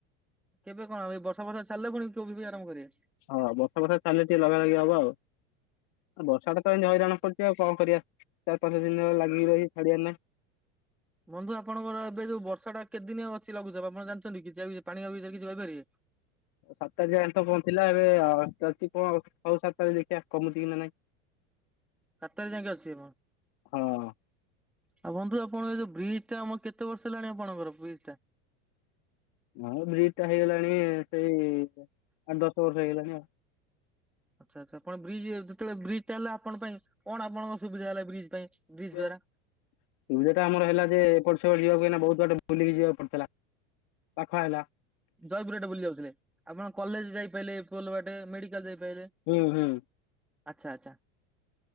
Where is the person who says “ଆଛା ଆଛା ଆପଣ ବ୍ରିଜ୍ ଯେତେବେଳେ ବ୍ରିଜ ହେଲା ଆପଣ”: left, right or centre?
Centre